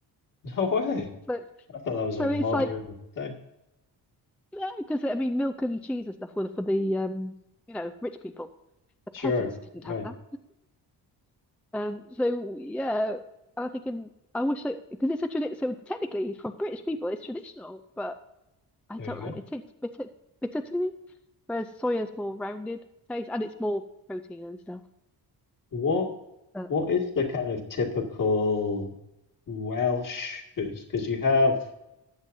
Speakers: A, on the left (about 50°); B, in the centre.
A: No way.
B: So
A: I thought that was
B: so
A: a modern
B: it's like
A: thing.
B: No, because I mean, milk and cheese and stuff were for the um, you know, rich people. The
A: Sure.
B: peasants didn't
A: Right.
B: have that. Um, so yeah, I'm thinking I wish I because it's a tradition. So technically, for British people, it's traditional, but I
A: There
B: don't
A: you
B: like
A: go.
B: it. It tastes bitter, bitter to me. Whereas soya's more rounded taste, and it's more protein and stuff.
A: What
B: But
A: what is the kind of typical Welsh foods? Because you have